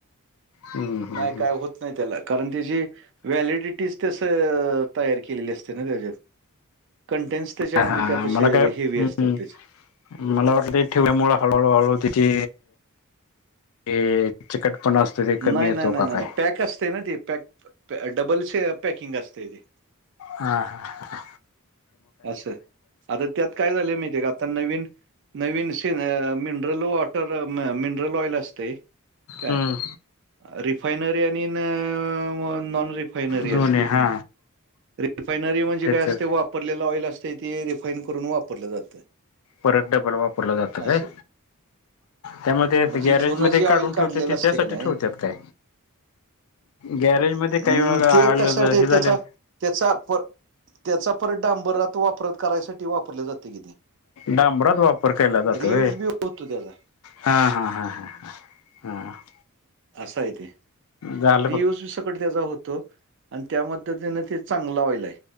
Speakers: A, on the left; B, on the right.
A: हम्म हम्म
B: नाही
A: हम्म.
B: काय होत नाही त्याला, कारण ती जी व्हॅलिडिटीच तसं तयार केलेली असते ना त्याची. कंटेंस त्याच्यामध्ये
A: हा
B: त्यापश
A: मला काय
B: हेवी
A: हम्म
B: असतात त्याचे.
A: मला वाटलं ते ठेवल्यामुळं हळू हळू हळू त्याची ते चिकटपणा असतो ते कमी
B: नाही
A: येतो
B: नाही नाही
A: का
B: नाही
A: काय.
B: नाही पॅक असते ना ते, पॅक डबलचे पॅकिंग असते तेे.
A: हा हा
B: असं, आता त्यात काय झालं माहितीे का? आता नवीन नवीन सन मिनरल वा तर मिनरल ऑइल असते, काय
A: हम्म.
B: रिफायनरी आणि अ नॉन रिफायनरी
A: दोन्ही
B: असते.
A: हा
B: रिफायनरी म्हणजे
A: त्याचच
B: काय असते, वाप वापरलेला ऑइल असतंय ते, रिफाईन करून वापरलं जातं.
A: परत डबल वापरलं जातं काय?
B: असं.
A: त्यामध्ये
B: म्हणजे
A: गॅरेज
B: जुनं
A: मध्ये
B: जे ऑइल
A: काढून
B: काढलेलं
A: ठेवतेत ते
B: असते
A: त्यासाठी
B: का नाही
A: ठेवतात काय? गॅरेज
B: अं
A: मध्ये काही बघा,
B: ते
A: आ
B: कशासाठी
A: हे झालेल
B: त्याचा त्याचा पर त्याचा परत डांबरात वापरत करायसाठी वापरले जातं की ते.
A: डांबरात वापर केला जातो
B: रियूज
A: होय?
B: बी होतो त्याचा
A: हा हा हा हा, हा हा.
B: असा आहे तेे,
A: झालं
B: रियुस
A: बघ
B: बी सकट त्याचा होत तो आणि त्या मद्धतीने ते चांगला ऑयल आहे.